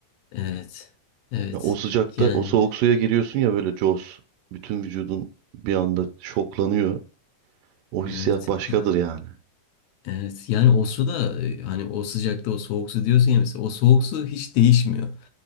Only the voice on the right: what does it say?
Ya o sıcakta
o soğuk suya giriyorsun ya böyle cos. Bütün vücudun bir anda şoklanıyor. O hissiyat
başkadır
yani.